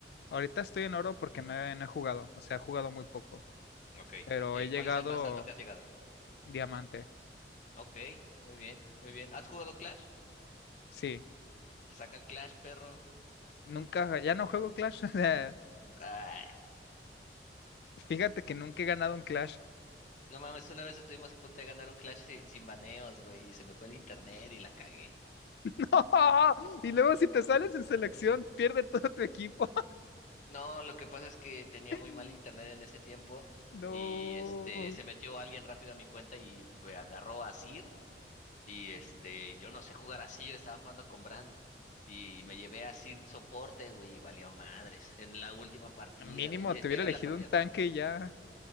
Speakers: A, on the left; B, on the left.
A: Ahorita estoy en oro porque no he, no he jugado, o sea, he jugado muy poco,
B: Ok.
A: pero
B: ¿Y
A: he llegado
B: cuál es el más alto que has llegado?
A: diamante.
B: Ok, muy bien, muy bien. ¿Has jugado Clash?
A: Sí,
B: Saca el Clash, perro.
A: nunca, ya no juego Clash. <laughs>
B: Ah,
A: Fíjate que nunca he ganado un Clash.
B: no mames, una vez estuvimos a punto de ganar un Clash si- sin baneos, güey, y se me fue el internet y la cagué.
A: <laughs> Y luego si te sales en selección, pierde todo tu equipo.
B: No, lo que pasa es que tenía
A: <laughs>
B: muy mal internet en ese tiempo
A: No.
B: y este se metió alguien rápido a mi cuenta y eh, agarró a Sir y este yo no sé jugar a Sir, estaba jugando con Brand y me llevé a Sir soporte, güey, y valió madres en la última partida,
A: Mínimo,
B: güey. y
A: te
B: e-
A: hubiera
B: Era
A: elegido
B: la partida
A: un tanque
B: par-
A: y ya.